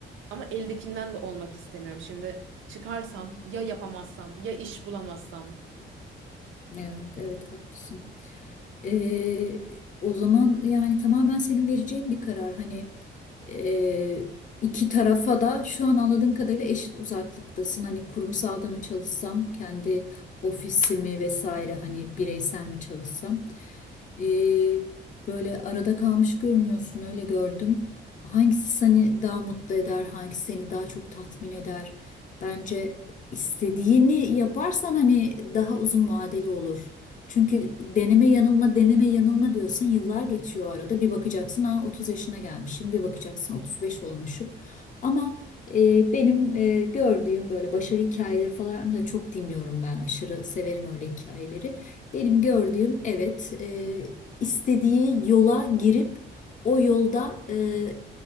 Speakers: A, on the right; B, on the left.
A: Ama eldekinden de olmak istemiyorum. Şimdi çıkarsam ya yapamazsam ya iş bulamazsam.
B: Evet, evet haklısın. E, o zaman yani tamamen senin vereceğin bir karar. Hani Ee, iki tarafa da şu an anladığım kadarıyla eşit uzaklıktasın. Hani kurumsalda mı çalışsam, kendi ofisimi vesaire hani bireysel mi çalışsam. Ee, böyle arada kalmış görünüyorsun öyle gördüm. Hangisi seni daha mutlu eder, hangisi seni daha çok tatmin eder? Bence istediğini yaparsan hani daha uzun vadeli olur. Çünkü deneme yanılma deneme yanılma diyorsun yıllar geçiyor arada bir bakacaksın ha 30 yaşına gelmişim bir bakacaksın 35 olmuşum. Ama e, benim e, gördüğüm böyle başarı hikayeleri falan da çok dinliyorum ben aşırı severim öyle hikayeleri. Benim gördüğüm evet e, istediği yola girip o yolda e,